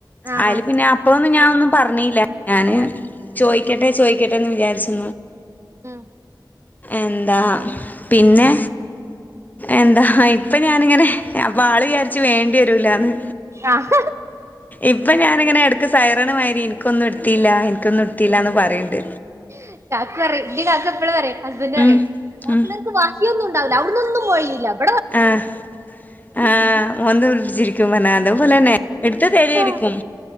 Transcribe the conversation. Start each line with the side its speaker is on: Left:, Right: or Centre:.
Right: ആഹ്
Left: അയില്
Right: ആഹ്
Left: പിന്നെ അപ്പോളൊന്നും ഞാൻ ഒന്നും പറഞ്ഞില്ല ഞാന്
Right: ആഹ്
Left: ചോയിക്കട്ടെ ചോയിക്കട്ടെന്ന് വിചാരിച്ചു
Right: ആഹ്
Left: എന്താ പിന്നെ എന്താ ഇപ്പൊ ഞാനിങ്ങനെ അപ്പൊ ആള് വിചാരിച്ച് വേണ്ടി വരൂലാന്ന്
Right: ആഹ്
Left: ഇപ്പൊ ഞാനിങ്ങനെ എടക്ക് സൈറണ് മാതിരി ഇനിക്കൊന്നും എടുത്തില്ല ഇനിക്കൊന്നും ടത്തില്ലാന്ന് പറയ്ണ്ട്
Right: <unintelligible>
Left: ഉം ഉം
Right: ബാക്കിയൊന്നും ണ്ടാവില്ല <unintelligible>
Left: ആഹ് ആഹ് ഓൻന്ന് വിളിച്ചിരിക്കും പറഞ്ഞാണ് അതേ പോലെന്നെ എടുത്ത് തരരിക്കും.
Right: ആഹ്